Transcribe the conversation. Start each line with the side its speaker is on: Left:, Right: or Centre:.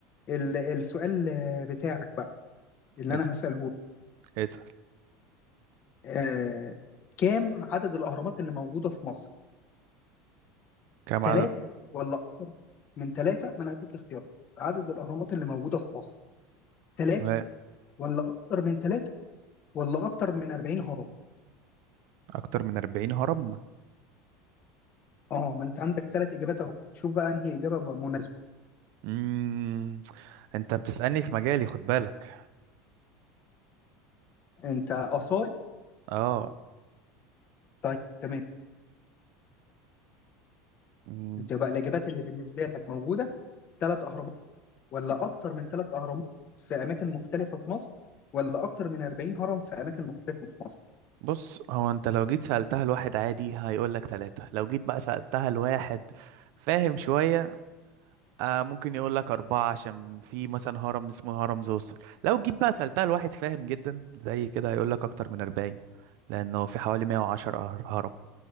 Left: ال- السؤال بتاعك بقى اللي
Right: اسأل
Left: انا هساله لك.
Right: اسأل
Left: آه كام عدد الاهرامات اللي موجوده في مصر
Right: كام عدد
Left: ثلاث ولا أكتر من ثلاثة ما أنا هديك اختيارات عدد الأهرامات اللي موجودة في مصر ثلاث
Right: تمام
Left: ولا أكتر من ثلاث ولا أكتر من 40 هرم
Right: اكتر من 40 هرم
Left: أه ما أنت عندك ثلاث إجابات أهو شوف بقى أنهي إجابة م- مناسبة
Right: امم انت بتسألني في مجالي خد بالك
Left: أنت آثار
Right: اه
Left: طيب تمام
Right: مم.
Left: أنت بقى الإجابات اللي بالنسبة لك موجودة ثلاث أهرامات ولا أكتر من ثلاث أهرامات في أماكن مختلفة في مصر ولا أكتر من 40 هرم في أماكن مختلفة في مصر
Right: بص هو انت لو جيت سألتها لواحد عادي هيقول لك ثلاثة لو جيت بقى سألتها لواحد فاهم شوية آه ممكن يقول لك أربعة عشان في مثلا هرم اسمه هرم زوسر لو جيت بقى سألتها لواحد فاهم جدا زي كده هيقول لك أكتر من أربعين لأنه في حوالي مية وعشر هرم